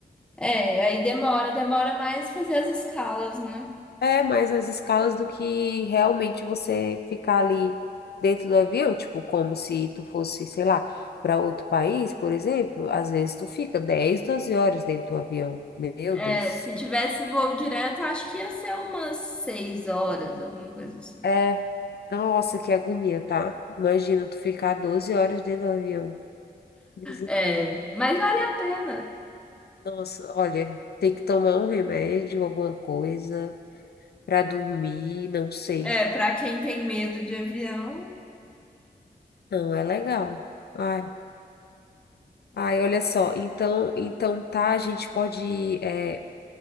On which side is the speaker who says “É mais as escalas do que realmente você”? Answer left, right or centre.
Left